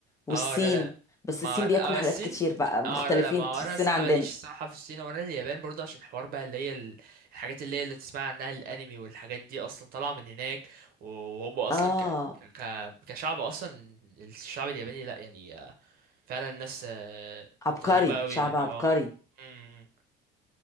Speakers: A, on the left; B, on the right.
A: والصين
B: اه لا لا
A: بس
B: ما
A: الصين بياكلوا
B: اه
A: حاجات
B: الصين
A: كتير بقى مختلفين
B: اه لا لا ما هو انا
A: الصين
B: الصراحه
A: عندنا
B: ماليش الصراحه في الصين ولا اليابان برضه عشان حوار بقى اللي هي ال- الحاجات اللي هي اللي تسمع عنها الانمي والحاجات دي اصلا طالعه من هناك وهو اصلا
A: اه
B: ك... ك... كشعب اصلا الشعب الياباني لا يعني آه، فعلا الناس آه،
A: عبقري
B: طيبه قوي
A: شعب
B: يعني
A: عبقري
B: اه امم